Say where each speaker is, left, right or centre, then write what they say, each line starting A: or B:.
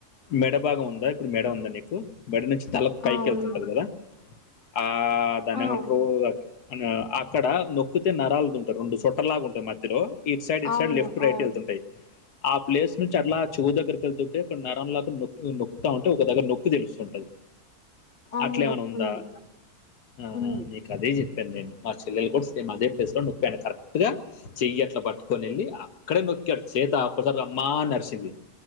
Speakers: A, on the left; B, on the left.
A: మెడ భాగం ఉందా ఇప్పుడు మెడ ఉందా నీకు మెడ నుంచి తల పైకి
B: అవును
A: వెళ్తుంటది కదా ఆ దాన్ని
B: ఆ
A: ఏమంట్రు?
B: అవును
A: అన్ అక్కడ నొక్కితే నరాల్దుంట్ రెండు సొట్టలాగా ఉంటాయ్ మధ్యలో ఇట్ సైడ్ ఇట్
B: అవును
A: సైడ్ లెఫ్ట్ రైట్
B: అవును
A: వెళ్తుంటాయి ఆ ప్లేస్ నుంచి అట్లా చెవు దగ్గరకెళ్తుంటే ఒక నరంలాగా నొక్ నొక్తా ఉంటే ఒక దగ్గర నొప్పి తెలుస్తా ఉంటది
B: అవును
A: అట్లేమన్నా
B: నొప్పుంది
A: ఉందా ఆ
B: ఉంది
A: నీక్ అదే చెప్పాను నేను మా చెల్లెలు కూడా సేమ్ అదే ప్లేస్ లో నొప్పాను కరెక్ట్ గా చెయ్యట్ల పట్ కట్టుకొని వెళ్ళి అక్కడే నొక్కాడ్ చేత ఒక్కసారి అమ్మా నరిచింది